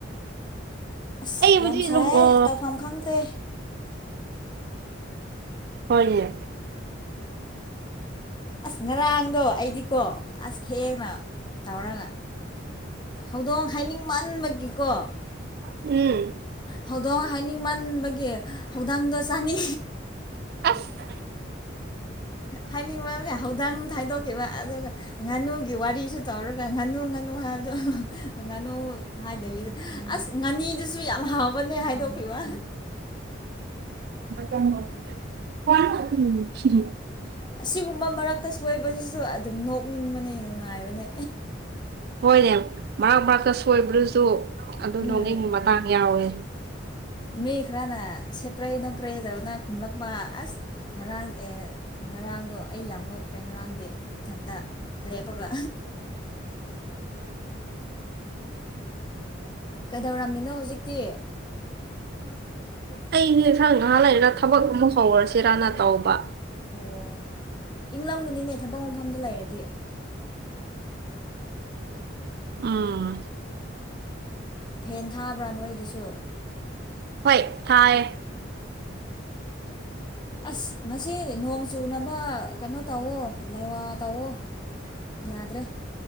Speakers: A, on the left; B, on the right.
A: ꯑꯁ
B: ꯑꯩꯕꯨꯗꯤ
A: ꯌꯥꯝ ꯁꯥꯏ
B: ꯑꯗꯨꯝ ꯑꯣ
A: ꯇꯧꯐꯝ ꯈꯪꯗꯦ
B: ꯍꯣꯏꯅꯦ
A: ꯑꯁ ꯉꯔꯥꯡꯗꯣ ꯑꯩꯗꯤꯀꯣ ꯑꯁ ꯊꯦꯡꯅ ꯇꯧꯔꯒ ꯍꯧꯗꯣꯡ ꯍꯥꯏꯅꯤꯡꯃꯟꯕꯒꯤꯀꯣ
B: ꯎꯝ
A: ꯍꯧꯗꯣꯡ ꯍꯥꯏꯅꯤꯡ ꯃꯕꯒꯤ ꯍꯧꯗꯪꯗꯣ ꯆꯥꯅꯤ
B: ꯑꯁ
A: ꯍꯥꯏꯅꯤꯡꯕꯒ ꯍꯧꯗꯪ ꯍꯥꯏꯥꯏꯗꯣꯛꯈꯤꯕ ꯑꯗꯨꯒ ꯉꯥꯅꯨꯒꯤ ꯋꯥꯔꯤꯁꯨ ꯇꯧꯔꯒ ꯉꯥꯅꯨ ꯉꯥꯅꯨ ꯍꯥꯏꯕꯗꯣ ꯉꯥꯅꯨ ꯍꯥꯏꯗꯕꯤꯗ ꯑꯁ ꯉꯥꯅꯤꯗꯨꯁꯨ ꯌꯥꯝ ꯍꯥꯎꯕꯅꯦ ꯍꯥꯏꯗꯣꯛꯄꯤꯕ
B: <inaudible>
A: ꯑꯁꯤꯒꯨꯝꯕ ꯃꯔꯛꯇ ꯁꯣꯏꯕꯁꯤꯁꯨ ꯑꯗꯨꯝ ꯅꯣꯛꯅꯤꯡꯕꯅꯦ ꯅꯨꯡꯉꯥꯏꯕꯅꯦ
B: ꯍꯣꯏꯅꯦ ꯃꯔꯛ ꯃꯔꯛꯇ ꯁꯣꯏꯕꯗꯨꯁꯨ ꯑꯗꯨ
A: ꯎꯝ
B: ꯅꯣꯡꯅꯤꯡ ꯃꯇꯥꯡ ꯌꯥꯎꯋꯦ
A: ꯃꯤ ꯈꯔꯅ ꯁꯦꯄ꯭ꯔꯩ ꯅꯄ꯭ꯔꯩꯗꯧꯅ ꯈꯨꯝꯂꯛꯄ ꯑꯁ ꯉꯔꯥꯡ ꯑꯦ ꯉꯔꯥꯡꯗꯣ ꯑꯩ ꯌꯥꯝ ꯅꯣꯛꯇ꯭ꯔꯦ ꯉꯔꯥꯡꯗꯤ ꯏꯊꯟꯗ ꯂꯦꯄꯒ ꯀꯩꯗꯧꯔꯝꯃꯤꯅꯣ ꯍꯧꯖꯤꯛꯇꯤ <inaudible>
B: ꯑꯩꯁꯦ ꯏꯁꯟꯁꯥꯡ ꯅꯍꯥ ꯂꯩꯔꯒ ꯊꯕꯛ ꯑꯃ ꯍꯧꯔꯁꯤꯔꯅ ꯇꯧꯕ
A: ꯑꯣ ꯏꯪ ꯂꯝꯒꯅꯤꯅꯦ ꯊꯕꯛ ꯃꯐꯝꯗ ꯂꯩꯔꯗꯤ
B: ꯑꯝ
A: ꯐꯦꯟ ꯊꯥꯕ꯭ꯔꯥ ꯅꯣꯏꯗꯁꯨ
B: ꯍꯣꯏ ꯊꯥꯥꯏꯔꯦ <inaudible>
A: ꯑꯁ ꯉꯁꯤ ꯅꯣꯡ ꯆꯨꯅꯕ ꯀꯩꯅꯣ ꯇꯧꯋꯣ ꯂꯩꯋꯥ ꯇꯧꯋꯣ ꯌꯥꯗ꯭ꯔꯦ